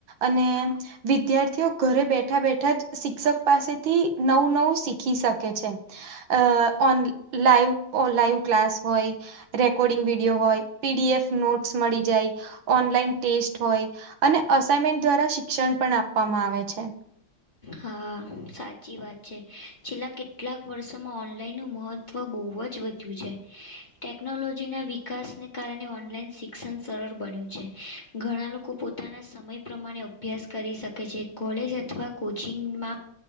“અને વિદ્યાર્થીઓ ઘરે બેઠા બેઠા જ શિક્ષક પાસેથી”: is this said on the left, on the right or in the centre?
Right